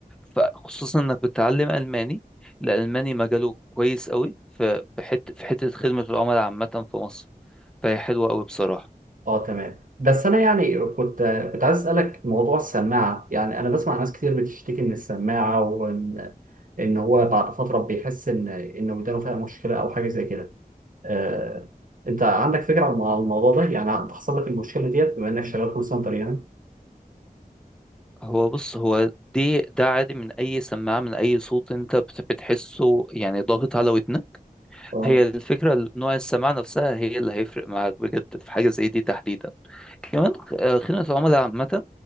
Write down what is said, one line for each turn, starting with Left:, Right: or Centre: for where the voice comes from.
Centre: فخصوصا إنك بتتعلم ألماني الألماني مجاله كويس قوي في بحت- في حتة خدمة العملاء عامة في مصر فهي حلوة قوي بصراحة
Right: اه تمام بس انا يعني كنت كنت عايز اسالك موضوع السماعه يعني انا بسمع ناس كتير بتشتكي من السماعه وان ان هو بعد فتره بيحس ان ان ودانه فيها مشكله او حاجه زي كده آه، انت عندك فكره عن المو- الموضوع ده يعني بتحصل لك المشكله ديت بما انك شغال كول سنتر يعني
Centre: هو بص هو دي ده عادي من اي سماعه من اي صوت انت بت- بتحسه يعني ضاغط على ودنك
Right: اه
Centre: هي الفكره نوع السماعه نفسها هي اللي هيفرق معاك بجد في حاجه زي دي تحديدا كمان آه، خدمه العملاء عامه